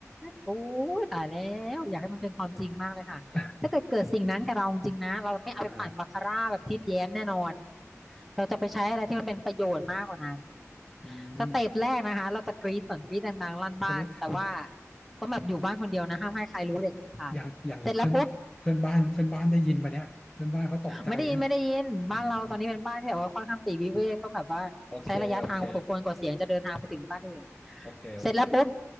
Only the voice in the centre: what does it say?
โอ้ยตายแล้วอยากให้มันเป็นความจริงมากเลยค่ะถ้าเกิดเกิดสิ่งนั้นกับเราจริงๆนะเราไม่เอาไปปั่นบาคาร่าแบบทิดแย้มแน่นอน
เราจะไปใช้อะไรที่มันเป็นประโยชน์มากกว่านั้น
สเต็ปแรกนะคะเราจะกรี๊ดก่อนกรี๊ดดังๆลั่นบ้านแต่ว่า
ต้องแบบอยู่บ้านคนเดียวนะห้ามให้ใครรู้เด็ดขาดเสร็จแล้วปุ๊บ
<laughs> ไม่ได้ยินไม่ได้ยินบ้านเราตอนนี้เป็นบ้านที่แบบว่าค่อนข้างปลีกวิเวกต้องแบบว่าใช้ระยะทางพอสมควรกว่าเสียงจะเดินทางไปถึงบ้านอื่น
เสร็จแล้วปุ๊บ